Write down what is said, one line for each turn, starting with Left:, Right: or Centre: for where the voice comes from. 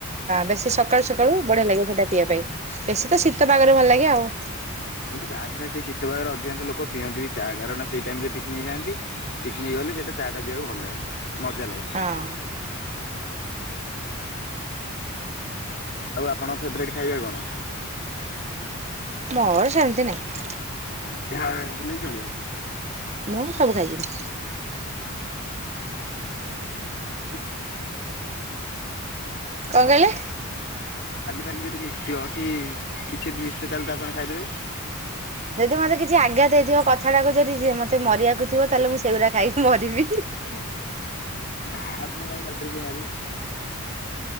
Right: ବେଶୀ ସକାଳୁ ସକାଳୁ ବଢିଆ ଲାଗେ ସେଟା ପିଇବା ପାଇଁ ବେଶୀ ତ ଶୀତ ପାଗରେ ଭଲ ଲାଗେ ଆଉ।
Left: ଆମେ ତ ଗାଁ ପିଲା ସେ ଶୀତ ପାଗରେ ଅଧିକାଂଶ ଲୋକ ପିଅନ୍ତି ବି ଚାହା କାରଣ ସେଇ ଟାଇମ ରେ ପିକନିକ୍ ଯାଆନ୍ତି। ପିକ୍ନିକ୍ ଗଲେ ସେଇଟା ଚାହାଟା ପିବାକୁ ଭଲ ଲାଗେ ମଜା ଲାଗେ।
Right: ହଁ
Left: ଆଉ ଆପଣ ଫେବରେଟ୍ ଖାଇବେ କଣ?
Right: ମୋର ସେମିତି ନାଇଁ।
Left: ଯାହାଲେ ବି ଚଳିବ।
Right: ମୁଁ ସବୁ ଖାଇଦେବି।
Left: <inaudible> ଭାତ ସହ ଯଦି ବାଲି
Right: କଣ କହିଲେ?
Left: ଫାଲି ଯଦି ମିଶଥିବ କି କିଛି ଯଦି ମିଶଥିବ ତାହେଲେ ତ ଆପଣ ଖାଇଦେବେ।
Right: ଯଦି ମୋତେ କିଛି ଆଜ୍ଞା ଦେଇଥିବ କଥାଟାକୁ ଯଦି ମତେ ମରିବାକୁ ଥିବ ତାହେଲେ ମୁଁ ସେଗୁଡ଼ା ଖାଇକି ମରିବି।
Left: ନା ଆପଣ ଙ୍କୁ କିଏ ଖାଲିଟା ରେ କିଏ ମାରିବା।